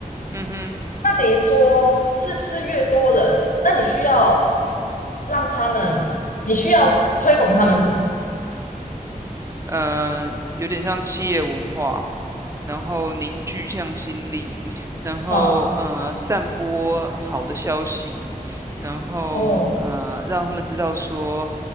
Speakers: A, on the right; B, on the left.
A: 嗯哼。
B: 那等于说是不是越多人，那你需要让他们，你需要推广他们什么？
A: 呃，有点像企业文化，然后凝聚向心力，然后呃，
B: 哈
A: 散播好的消息，然后呃，
B: 哦，
A: 让他们知道说，